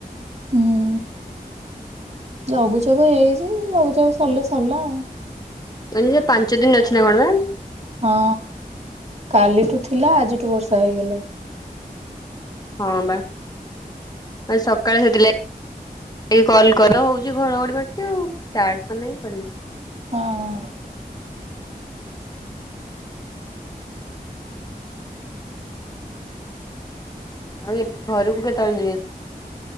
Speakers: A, on the right; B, on the left.
A: ହୁଁ ଲଘୁଚାପ ହେଇଛି ଲଘୁଚାପ ସରିଲେ ସରିଲା।
B: <inaudible> ପାଞ୍ଚ ଦିନ ଅଛି ନା କଣ ବା?
A: ହଁ କାଲିଠୁ ଥିଲା ଆଜିଠୁ ବର୍ଷା ହେଇଗଲା।
B: ହଁ ବା ଆଜି ସକାଳେ ସେଥିଲାଗ୍ ଏଇ କଲ କରାହଉଛି ଘଡଘଡି ମାରୁଛି ଆଉ ଚାର୍ଜତ୍ ନାହିଁ କରିବି
A: ହଁ।
B: ଆଉ ଏ ଘରକୁ କେତେବେଳେ ଯିବେ?